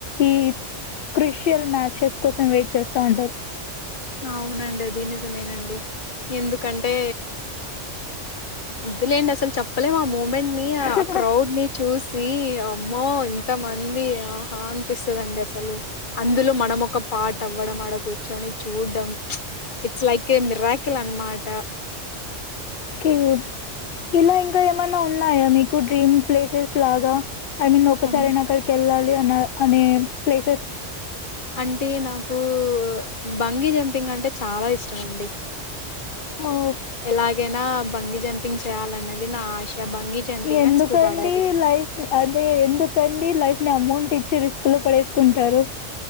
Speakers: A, on the left (about 60°); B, on the left (about 40°).
A: ఈ క్రిషియల్ మ్యాచెస్ కోసం వెయిట్ చేస్తా ఉంటారు
B: అవునండి అది నిజమేనండి ఎందుకంటే వద్దులేండి అసలు చెప్పలేము ఆ మూమెంట్ ని ఆ
A: హుహు.
B: క్రౌడ్ ని చూసి అమ్మో ఇంతమంది ఆహ అనిపిస్తధండి అసలు అందులో మనం ఒక పార్ట్ అవ్వడం ఆడ కూర్చొని చూడ్డం ఇట్స్ లైక్ ఏ మిరాకిల్ అన్నమాట
A: కే ఇలా ఇంకా ఏమైన్నా ఉన్నాయా మీక్ కు డ్రీమ్ ప్లేసెస్ లాగా ఐ మీన్ ఒక్కసారైనా
B: అన్
A: అక్కడికి ఏళ్లాల్ <unintelligible> అని ప్లేసెస్
B: అంటే నాకు బంగి జంపింగ్ అంటే చాలా ఇష్టం అండి
A: ఓహ్!
B: ఎలాగే నా బంగి జంపింగ్ చేయాలన్నది నా ఆశ బంగీ జంపింగ్
A: ఎందుకండి
B: అండ్ స్కూబా డైవింగ్
A: లైఫ్ అదే ఎందుకండి లైఫ్ ని అమౌంట్ ఇ చి రిస్క్ లో పడేసుకుంటారు